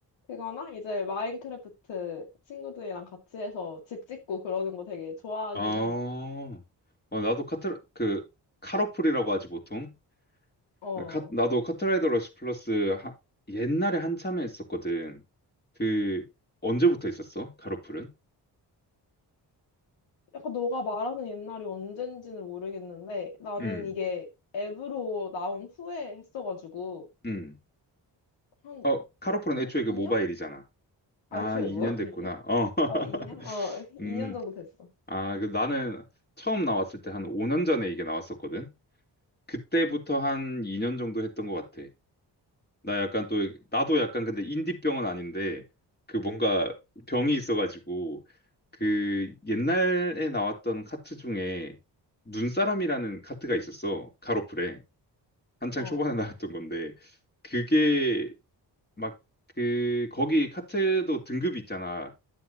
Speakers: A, on the left (about 85°); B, on the left (about 20°).
A: 그거나 이제 마인크래프트 친구들이랑 같이 해서 집 짓고 그러는 거 되게 좋아하긴
B: 아,
A: 해.
B: 어, 나도 카트, 그, 카로플이라고 하지 보통.
A: 어.
B: 아, 카, 나도 카트라이더 러시 플러스 하, 옛날에 한참에 했었거든. 그, 언제부터 있었어? 카로플은?
A: 약간 너가 말하는 옛날이 언젠지는 모르겠는데, 나는
B: 음,
A: 이게 앱으로 나온 후에 했어가지고,
B: 음.
A: 한
B: 어, 카로플은
A: 이,
B: 애초에 그
A: 2년?
B: 모바일이잖아. 아,
A: 아, 애초에
B: 2년
A: 뭐
B: 됐구나.
A: <laughs> 일이야?
B: 어. <laughs>
A: 어, 2년? 어, 2년
B: 음,
A: 정도 됐어.
B: 아, 그 나는 처음 나왔을 때 한 5년 전에 이게 나왔었거든. 그때부터 한 2년 정도 했던 것 같아. 나 약간 또, 나도 약간 근데 인디병은 아닌데, 그 뭔가 병이 있어가지고, 그 옛날에 나왔던 카트 중에 눈사람이라는 카트가 있었어. 카로플에. 한창
A: 어.
B: 초반에 나왔던 건데, 그게 막 그 거기 카트도 등급이 있잖아.